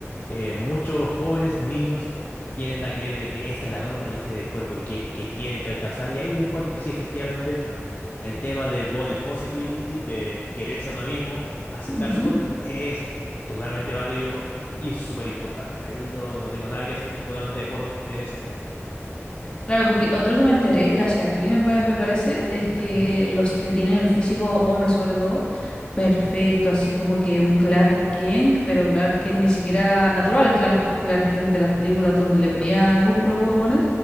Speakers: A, on the left; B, on the left.
A: Eh, muchos jóvenes, niños, tienden a creer de que esa es la norma y ese es el cuerpo que, que, que tienen que alcanzar. Y ahí yo encuentro que sí, efectivamente, el tema del body positivity, de quererse a uno mismo, aceptar
B: Ujú.
A: su cuerpo, es totalmente válido y súper importante. Ahí yo no tengo nada que decir, totalmente de acuerdo en ese aspecto.
B: Claro, porque lo otro que me enteré, gracias a ti me, pa- me parece, es que
A: Ujú,
B: los que tienen el físico, hombres sobre todo, perfecto, así como que un Clark Kent, pero Clark Kent ni siquiera natural, Clark, Clark Kent de las películas donde le ponían músculo Pokémones,